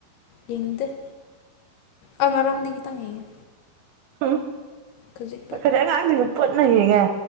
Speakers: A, on the left; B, on the right.
A: ꯌꯦꯡꯗ‌ꯦ ꯑ ꯉꯔꯥꯡꯗꯤ ꯈꯤꯇꯪ ꯌ‌ꯦꯡ
B: ꯎꯝ
A: ꯈꯖꯤꯛꯇ
B: ꯑꯈ‌ꯧꯏꯗꯤ ꯑꯉꯥꯡꯁꯤꯡꯒ ꯄꯨꯟꯅ ꯌꯦꯡꯉꯦ